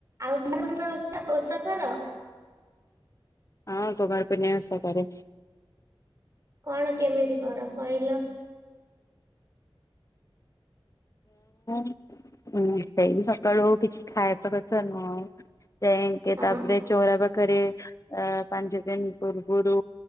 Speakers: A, on the right; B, on the left.
A: ଆଉ ମାନଙ୍କ ଓଷା ଓଷା କର?
B: ହଁ କୁମାର ପୁର୍ଣିମା ଓଷା କରେ।
A: କଣ କେମିତି କର କହିଲ?
B: <unintelligible> ସେଇ ସକାଳୁ କିଛି ଖାଇବା କଥା ନୁହଁ। ଯାଇକି
A: ହଁ
B: ତାପରେ ଚଉରା ପାଖରେ ଅ ପାଞ୍ଚ ଦିନ ପୂର୍ବୁରୁ